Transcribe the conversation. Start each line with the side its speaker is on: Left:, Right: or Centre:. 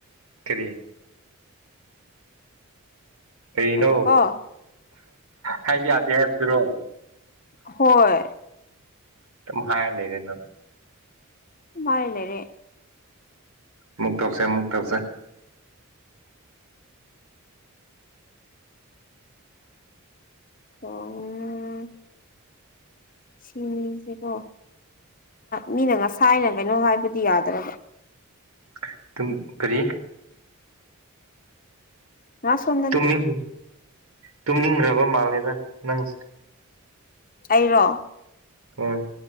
Right: ꯀꯔꯤ ꯀꯔꯤꯅꯣ
Left: ꯉꯥꯏꯈꯣꯀꯣ
Right: ꯍꯥꯏꯕ ꯌꯥꯗꯦ ꯍꯥꯏꯕꯗꯨꯔꯣ
Left: ꯍꯣꯏꯣꯏ
Right: ꯇ ꯍꯥ ꯂꯩ ꯂꯩꯅꯣ
Left: ꯃꯥ ꯂꯩꯦꯔꯦ
Right: ꯃꯨꯛ ꯇꯧꯁꯦꯃꯨꯛꯇ ꯇꯧꯁꯦ
Left: ꯑꯣ ꯁꯤꯅꯤꯁꯦꯀꯣ ꯃꯤꯅ ꯉꯁꯥꯏꯅ ꯀꯩꯅꯣ ꯍꯥꯏꯕꯗꯤ ꯌꯥꯗ꯭ꯔꯕ
Right: ꯑꯗꯨꯝ ꯀꯔꯤ
Left: ꯉꯥ ꯁꯣꯝꯗꯅꯦ
Right: ꯇꯨꯝꯅꯤꯡ ꯇꯨꯝꯅꯤꯡꯈ꯭ꯔꯕ ꯃꯥꯜꯂꯦꯗ ꯅꯪꯁꯦ
Left: ꯑꯩꯔꯣ
Right: ꯎꯝ